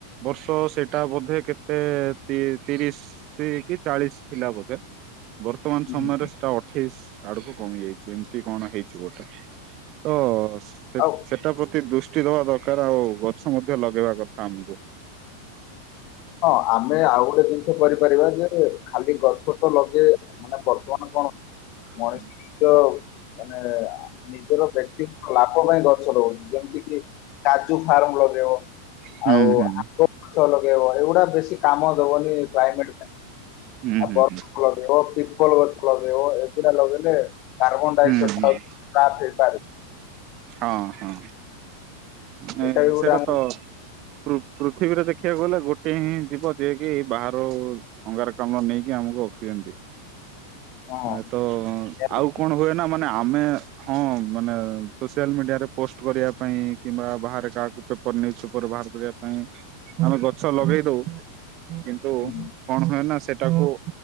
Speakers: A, on the right; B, on the left.
A: ବର୍ଷ ସେଇଟା ବୋଧେ କେତେ, ତି ତିରିଶ କି, ଚାଳିଶ ଥିଲା ବୋଧେ? ବର୍ତ୍ତମାନ ସମୟରେ
B: ହୁଁ ହୁଁ।
A: ସେଟା ଅଠେଇଶ ଆଡକୁ କମିଯାଇଛି, ଏମିତି କଣ ହେଇଛି ଗୋଟେ, ତ ସେ,
B: ଆଉ
A: ସେଟା ପ୍ରତି ଦୃଷ୍ ଷ୍ଟି, ଦବା ଦରକାର, ଆଉ ଗଛ ମଧ୍ୟ ଲଗେଇବା କଥା ଆମକୁ।
B: ହଁ, ଆମେ ଆଉ ଗୋଟେ ଜିନିଷ କରିପାରିବା, ଯେ ଖାଲି ଗଛ ତ ଲଗେଇ, ମାନେ ବର୍ତ୍ତମାନ କଣ?
A: ହଁ।
B: ମଣିଷ ନିଜ ମାନେ ନିଜର ବ୍ୟକ୍ତିଙ୍କ ଲାଭ ପାଇଁ ଗଛ ରହୁଛି, ଯେମିତି କିି କାଜୁ ଫାର୍ମ ଲଗେଇବ,
A: ହୁଁ
B: ଆଉ
A: ହୁଁ
B: ଆମ୍ବ ମାଛ ଲଗେଇବ, ଏଇଗୁଡା ବେଶୀ କାମ ଦବନି <unintelligible>
A: ହୁଁ
B: ଗଛ।
A: ହୁଁ
B: ଲଗେଇବ, ଏଗୁଡା ଲଗେଇଲେ କାର୍ବନ ଡାଇଅକ୍ସାଇଡ
A: ହୁଁ ହୁଁ
B: ଟାପ ହେଇପାରିବ।
A: ହଁ, ହଁ, ନାଇ
B: ଏଇଟା ବି ଗୋଟେ
A: ସେଟା
B: ଆମ
A: ତ ପୃ, ପୃଥିବୀରେ ଦେଖିବାକୁ ଗଲେ, ଗୋଟେ ହିଁ ଯିବ, ଯିଏ କିି ବାହାରୁ ଅଙ୍ଗାର କମ୍ଳ ନେଇକି, ଆମକୁ ଅକ୍ସିଜେନ ଦିଏ।
B: ହଁ
A: ଆ ତ,
B: ନିହାତି।
A: ଆଉ କଣ ହୁଏ, ନା ମାନେ ନା, ଆମେ ହଁ, ମାନେ ସୋସିଆଲ ମିଡିଆରେ ପୋଷ୍ଟ କରିବା ପାଇଁ କିମ୍ବା, ବାହାରେ କାହାକୁ ପେପର ନିୁଉଜ ପେପର ବାହାର କରିବା ପାଇଁ ଆମେ ଗଛ
B: ହୁଁ,
A: ଲଗେଇ ଦଉ, କିନ୍ତୁ
B: ହୁଁ,
A: କଣ ହୁଏନା ସେ ଟାକୁ